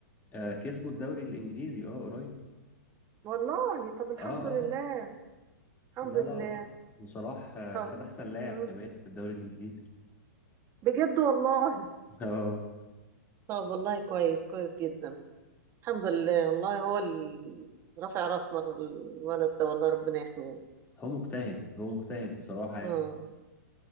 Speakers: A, on the left; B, on the right.
A: آه كسبوا الدوري الانجليزي اه قريب
B: والله طب الحمد
A: اه
B: لله
A: اه
B: الحمد
A: لا
B: لله
A: لا وصلاح آه،
B: طب
A: خد احسن لاعب
B: مم.
A: كمان في الدوري الانجليزي
B: بجد والله
A: اه
B: طب والله كويس كويس جدا الحمد لله والله هو اللي رافع راسنا الولد ده والله ربنا يحميه
A: هو مجتهد هو مجتهد بصراحة يعني
B: امم